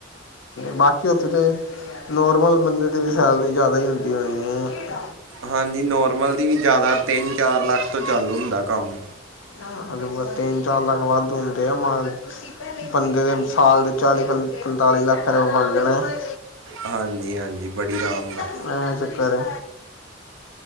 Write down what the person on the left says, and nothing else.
ਬਾਕੀ ਓਥੇ ਤੇ ਨੋਰਮਲ ਬੰਦੇ ਦੀ ਵੀ ਸੈਲਰੀ ਜਾਦਾ ਈ ਹੁੰਦੀ ਹੋਣੀ ਏ
ਹਾਂਜੀ ਬਸ ਤਿੰਨ-ਚਾਰ ਲੱਖ ਵੱਦ ਹੁੰਦੇ ਆ ਮਾਨ ਬੰਦੇ ਦੇ ਸਾਲ ਦੇ ਚਾਲੀ ਪੰ ਪੰਤਾਲੀ ਲੱਖ ਰਪਏ ਬਣਜਾਣਾ ਐ
ਏਹ ਚੱਕਰ ਏ